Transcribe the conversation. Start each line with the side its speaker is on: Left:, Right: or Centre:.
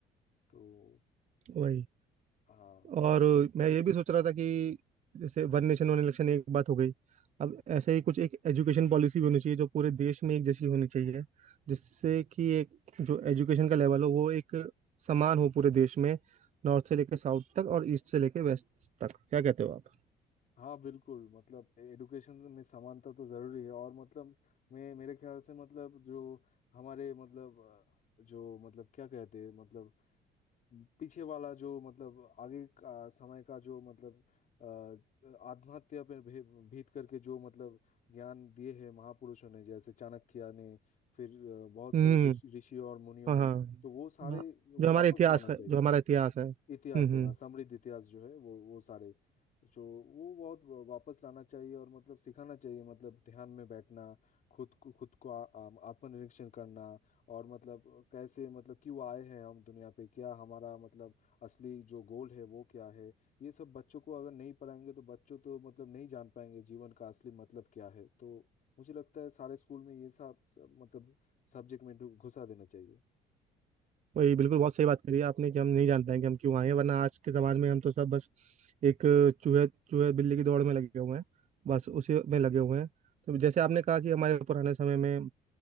Left: तो
Right: वही
Left: हाँ
Right: और मैं ये भी सोच रहा था कि जैसे वन नेशन वन इलेक्शन एक बात हो गई अब ऐसे ही कुछ एक एजुकेशन पॉलिसी भी होनी चाहिए जो पूरे देश में एक जैसी होनी चाहिए जिससे कि एक जो एजुकेशन का लेवल हो वो एक समान हो पूरे देश में नॉर्थ से लेकर साउथ तक और ईस्ट से लेकर वेस्ट तक क्या कहते हो आप
Left: हाँ बिल्कुल मतलब एडुकेशन में समानता तो जरूरी है और मतलब मैं मेरे ख्याल से मतलब जो हमारे मतलब अ, जो मतलब क्या कहते हैं मतलब पीछे वाला जो मतलब आगे का समय का जो मतलब अ, आत्महत्या पर भे- भीत करके जो मतलब ज्ञान दिए हैं महापुरुषों ने जैसे चाणक्य ने फिर अ, बहुत
Right: हम्म
Left: सारे ऋषि ऋषियों और मुनियों
Right: हाँ
Left: ने
Right: हाँ
Left: तो वो सारे
Right: हाँ, जो हमारे
Left: वापस
Right: इतिहास
Left: लाना
Right: का
Left: चाहिए
Right: जो हमारा इतिहास है हम्म
Left: इतिहास
Right: हम्म।
Left: है हाँ समृद्ध इतिहास जो है वो वो सारे जो वो बहुत वा- वापस लाना चाहिए और मतलब सिखाना चाहिए मतलब ध्यान में बैठना खुद को खुद को आ- आम- आत्मनिरीक्षण करना और मतलब कैसे मतलब क्यों आए हैं हम दुनिया पे क्या हमारा मतलब असली जो गोल है वो क्या है ये सब बच्चों को अगर नहीं पढ़ाएंगे तो बच्चों तो मतलब नहीं जान पाएंगे जीवन का असली मतलब क्या है तो मुझे लगता है सारे स्कूल में ये सब सब मतलब सब्जेक्ट में ढु- घुसा देना चाहिए
Right: वही बिल्कुल बहुत सही बात करी है आपने कि हम नहीं जान पाएंगे हम क्यों आए हैं वरना आज के ज़माने में हम तो सब बस एक चूहे चूहे बिल्ली की दौड़ में लगे हुए हैं बस उसी में लगे हुए हैं तो जैसे आपने कहा कि हमारे पुराने समय में